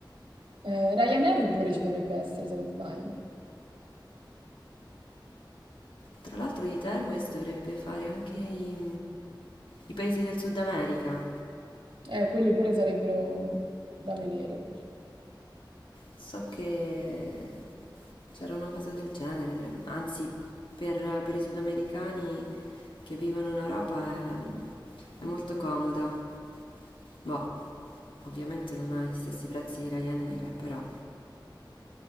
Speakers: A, on the right (about 80°); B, on the left (about 85°).
A: Eh, Ryanair pure ci dovrebbe essere, se non sbaglio.
B: Tra l'altro Ita Airways dovrebbe fare anche i, i paesi del Sud America.
A: Eh, quelli pure sarebbero da vedere.
B: So che c'era una cosa del genere, dovrebbe- anzi per, per i sudamericani che vivono in Europa è, è molto comoda. Boh, ovviamente non ha gli stessi prezzi di Ryanair, però...